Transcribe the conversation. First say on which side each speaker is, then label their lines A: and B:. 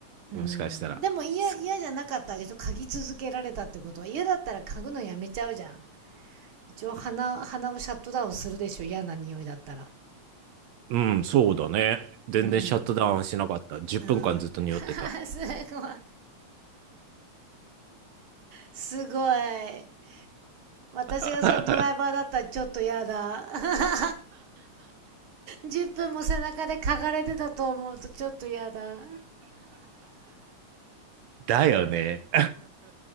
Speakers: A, on the right (about 50°); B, on the right (about 75°).
A: うん。
B: もしかしたら。
A: でも嫌、
B: す
A: 嫌じゃなかったわけでしょ嗅ぎ続けられたってことは。嫌だったら嗅ぐのやめちゃうじゃん。一応鼻、鼻をシャットダウンするでしょ。嫌な匂いだったら。
B: うん、そうだね。全然シャットダウンしなかった。
A: うん。
B: 10分間ずっと匂ってた。
A: うん。あ、すごい。すごい。私がそのドライバーだったらちょっと嫌だ。
B: <laughs>
A: <laughs> 10分も背中で嗅がれてたと思うとちょっと嫌だ。
B: だよね。